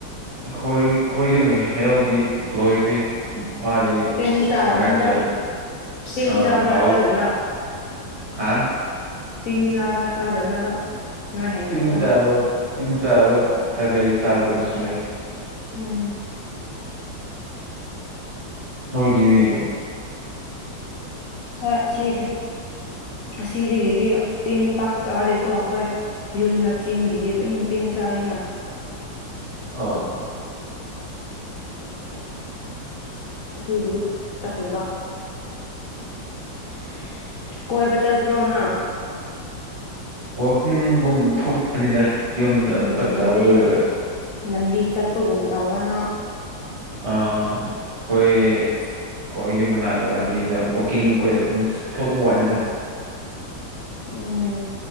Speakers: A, on the right; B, on the left.
A: ꯈꯣꯏ ꯈꯣꯏ ꯌꯨꯝꯈ ꯌꯥꯎꯗꯤ ꯂꯣꯏꯈ꯭ꯔꯦ ꯍꯗꯤꯥꯏꯁꯤꯔ
B: ꯇꯤꯟ ꯆꯥꯔꯝꯅꯤꯗ ꯇꯤꯟ
A: ꯑ
B: ꯆꯥꯕ꯭ꯔꯥ
A: ꯍꯥꯎ
B: ꯆꯥꯗꯕ꯭ꯔꯥ
A: ꯍꯥꯥ
B: ꯇꯤꯟ ꯆꯥꯕ ꯆꯥꯗꯕ꯭ꯔꯕ ꯅꯣꯏ ꯍꯩꯅꯧꯗꯣ
A: ꯇꯤꯟ ꯆꯕꯒ ꯇꯤꯟ ꯆꯕꯒ ꯈꯔꯗ ꯑꯩ ꯆꯗꯕꯁꯂꯦ
B: ꯎꯝ
A: ꯅꯣꯏꯒꯤꯗꯤ
B: ꯍ ꯁꯤ ꯑꯁꯤꯗꯒꯤꯗꯤ ꯇꯤꯟ ꯄꯥꯛ ꯆꯥꯗꯦꯀꯣ ꯑꯩꯈꯣꯏ ꯌꯨꯝꯅ ꯆꯤꯡꯒꯤꯗꯤ ꯑꯗꯨꯝ ꯇꯤꯟ ꯆꯥꯏ ꯑꯣꯏꯅ
A: ꯑ
B: <unintelligible> ꯑꯁꯤꯒꯤꯗꯤ ꯐꯖꯕ
A: <unintelligible>
B: ꯀꯣꯏꯕ ꯆꯠꯄ꯭ꯔꯣ ꯅꯪ
A: ꯋꯥꯛꯀꯤꯡꯒꯨꯝ ꯊꯣꯛꯄꯅꯤꯗ ꯌꯨꯝꯗ
B: ꯎꯝ
A: ꯆꯥꯛ ꯆꯥꯕ
B: ꯂꯝꯕꯤ
A: ꯂꯣꯏꯔꯒ
B: ꯂꯝꯕꯤ ꯆꯠꯄꯒꯨꯝ ꯇꯧꯕꯅ
A: ꯑ ꯍꯣꯏ ꯀꯣꯏꯁꯨ ꯃꯅ ꯂꯝꯕꯤꯗ ꯋꯥꯛꯀꯤꯡ ꯑꯣꯏꯔ ꯑꯗꯨꯝ ꯊꯣꯛꯄ ꯋꯥꯅꯤꯗ
B: ꯎꯝ